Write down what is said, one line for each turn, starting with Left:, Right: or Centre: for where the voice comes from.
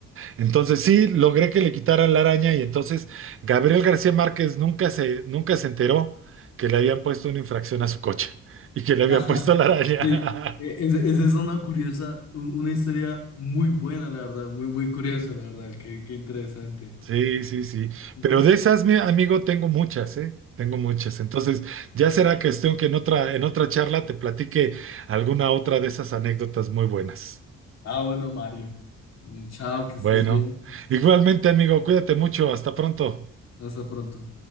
Right: Entonces sí, logré que le quitaran la araña y entonces Gabriel García Márquez nunca se, nunca se enteró que le habían puesto una infracción a su coche y que le habían
Left: Ajá.
Right: puesto la araña.
Left: Y, e- esa
Right: <laughs>
Left: esa es una curiosa, u- una historia muy buena, la verdad, muy, muy curiosa, la verdad, qué, qué interesante.
Right: Sí, sí, sí.
Left: Ujú.
Right: Pero de esas, mi amigo, tengo muchas, ¿eh? Tengo muchas. Entonces, ya será cuestión que en otra, en otra charla te platique alguna otra de esas anécdotas muy buenas.
Left: Ah, bueno, Mario. Mm, Chao, que
Right: Bueno,
Left: estés bien.
Right: igualmente, amigo, cuídate mucho. Hasta pronto.
Left: Hasta pronto.